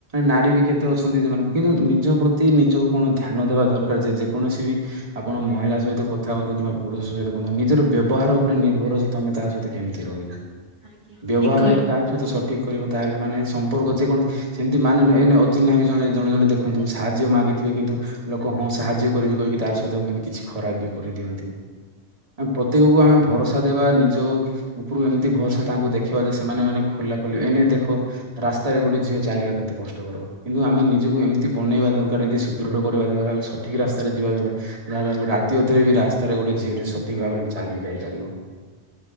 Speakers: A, on the right; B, on the right.
A: ନାରୀ ବି କେତେ ଅଛନ୍ତି ସେମାନଙ୍କୁ କିନ୍ତୁ ନିଜ ପ୍ରତି ନିଜକୁ କଣ ଧ୍ୟାନ ଦେବା ଦରକାର ଯେ ଯେକୌଣସି ବି ଆପଣ ମହିଳା ସହିତ କଥା ହୁଅନ୍ତୁ କିମ୍ବା ପୁରୁଷ ସହିତ ହୁଅନ୍ତୁ ନିଜର ବ୍ୟବହାର ଉପରେ ନିର୍ଭର ତମେ ତା ସହିତ କେମିତି ରହିଲ?
B: ଆଜ୍ଞା
A: ବ୍ୟବହାର
B: ଠିକ କହିଲେ
A: ଯଦି ତା ସହିତ ସଠିକ କରିବ ତାହେଲେ ମାନେ ସମ୍ପର୍କ ଯେକୌଣସି ସେମତି ମାନେ ନୁହେଁ ଏଇନେ ଅଚିହ୍ନା ବି ଜଣେ ଜଣେ ଜଣ ଦେଖନ୍ତୁ ସାହାଯ୍ୟ ମାଗିଥିବେ କିନ୍ତୁ ଲୋକ ହଁ ସାହାଯ୍ୟ କରିବି କହିକି ତାର ସହିତ ମାନେ କିଛି ଖରାପ ବି କରିଦିଅନ୍ତି। ଆ ପ୍ରତ୍ୟେକକୁ ଆମେ ଭରସା ଦେବା ନିଜ ଉପରୁ ଏମିତି ଭରସା ତାଙ୍କୁ ଦେଖିବା ଯେ ସେମାନେ ମାନେ ଖୋଲା ଖୋଲି ଏଇନେ ଦେଖ ରାସ୍ତାରେ ଗୋଟେ ଝିଅ ଚାଲିବା କେତେ କଷ୍ଟକର। କିନ୍ତୁ ଆମେ ନିଜକୁ ଏମିତି ବନେଇବା ଦରକାର ଏମିତି ସୁଦୃଢ଼ କରିବା ଦରକାର ଆଉ ସଠିକ ରାସ୍ତାରେ ଯିବା ଦରକାର। ଯାହା ରାତି ଅଧରେ ବି ରାସ୍ତାରେ ଗୋଟେ ଝିଅଟେ ସଠିକ ଭାବରେ ଚାଲିକି ଯାଇପାରିବ।